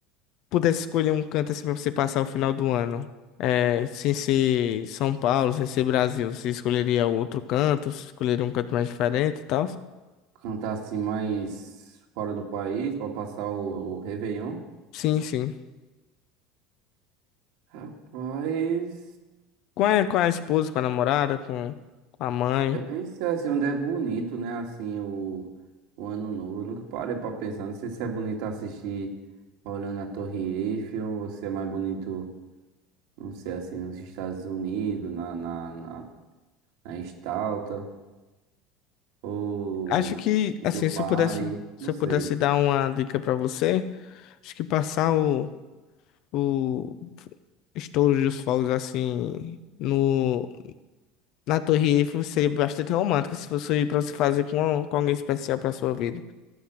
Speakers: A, on the left; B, on the right.
A: pudesse escolher um canto assim para você passar o final do ano, é, sem ser São Paulo, sem ser Brasil, você escolheria outro canto, escolheria um canto mais diferente e tal?
B: Cantar assim mais fora do país pra passar o, o Réveillon.
A: Sim, sim.
B: Rapaz.
A: Com a, com a esposa, com a namorada, com, com a mãe.
B: Eu nem sei assim onde é bonito, né? Assim, o, o Ano Novo. Eu nunca parei pra pensar. Não sei se é bonito assistir olhando a Torre Eiffel ou se é mais bonito, não sei, assim, nos Estados Unidos, na, na, na, na Estátua ou
A: Acho que,
B: em
A: assim,
B: Dubai.
A: se eu pudesse, se
B: Não
A: eu
B: sei.
A: pudesse dar uma dica pra você, acho que passar o, o estouro dos fogos, assim, no, na Torre Eiffel seria bastante romântico se fosse pra você fazer com, com alguém especial pra sua vida.